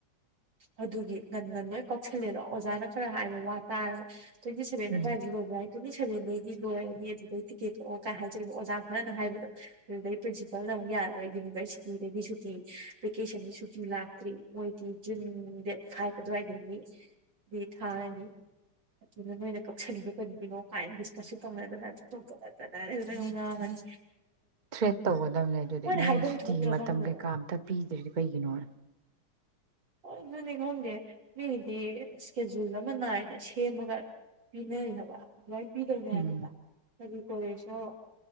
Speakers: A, on the right; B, on the right.
A: ꯑꯗꯨꯒꯤ ꯉꯟ ꯉꯟ ꯂꯣꯏ ꯀꯥꯎꯁꯤꯜꯂꯦꯗꯣ ꯑꯣꯖꯥꯅ ꯈꯔ ꯍꯥꯏꯕ ꯋꯥ ꯇꯥꯔꯒ ꯇꯣꯏꯇꯤꯁꯕꯦꯟ
B: ꯎꯝ
A: ꯑꯗꯨꯋꯥꯢꯗ ꯂꯣꯢꯕ ꯌꯥꯢ ꯇꯣꯟꯇꯤ ꯁꯦꯕꯦꯟꯗꯩꯗꯤ ꯂꯣꯏꯔꯅꯤ ꯑꯗꯨꯗꯩ ꯇꯤꯀꯦꯠ ꯀꯛ ꯑꯣ ꯀꯥꯏ ꯍꯥꯏꯖꯤꯟꯀꯛꯑꯣ ꯑꯣꯖꯥ ꯅꯍꯥꯟ ꯍꯥꯏꯕꯗꯣ ꯑꯗꯨꯗꯩ ꯄ꯭ꯔꯤꯟꯁꯤꯄꯜꯅ ꯑꯃꯨꯛ ꯌꯥꯔꯦ ꯌꯨꯅꯤꯚꯔꯁꯤꯇꯤꯗꯒꯤ ꯁꯨꯇꯤ ꯚꯦꯀꯦꯁꯟꯒꯤ ꯁꯨꯇꯤ ꯂꯥꯛꯇ꯭ꯔꯤ ꯃꯣꯏꯗꯤ ꯖꯨꯟ ꯗꯦꯠ ꯐꯥꯏꯚ ꯑꯗꯨꯋꯥꯏꯗꯒꯤ ꯊꯥꯔꯅꯤ ꯑꯗꯨꯅ ꯅꯣꯏꯅ ꯀꯛꯁꯜꯂꯤꯕ ꯀꯔꯤꯒꯤꯅꯣ ꯀꯥꯏꯅ ꯗꯤꯁꯀꯁꯁꯨ ꯇꯧꯅꯗꯅ ꯑꯗꯨꯝ ꯇꯧꯗꯅ ꯌꯥꯝ ꯉꯥꯡꯕꯅꯤ
B: ꯊ꯭ꯔꯦꯠ ꯇꯧꯒꯗꯕꯅꯦ ꯑꯗꯨꯗꯤ
A: ꯃꯣꯏꯅ
B: ꯅꯣꯏ
A: ꯍꯥꯏꯐꯝ
B: ꯁꯨꯇꯤꯒꯤ
A: ꯊꯣꯛꯇ꯭ꯔꯥ
B: ꯃꯇꯝ
A: ꯈꯪꯗꯦ
B: ꯀꯩꯀꯥ ꯑꯝꯇ ꯄꯤꯗ꯭ꯔꯤꯗꯤ ꯀꯩꯒꯤꯅꯣꯅ
A: ꯑꯣ ꯑꯗꯨꯅꯦ ꯈꯪꯗꯦ ꯃꯤꯒꯤꯗꯤ ꯏꯁꯀꯦꯗꯨꯜ ꯑꯃ ꯅꯥꯏꯅ ꯁꯦꯝꯃꯒ ꯄꯤꯅꯩ ꯍꯥꯏꯕ ꯑꯗꯨꯃꯥꯏꯅ ꯄꯤꯗꯨꯏꯅꯦ ꯍꯥꯏꯕꯅꯤꯗ
B: ꯎꯝ
A: ꯀꯔꯤ ꯀꯣꯂꯦꯖꯅꯣ꯫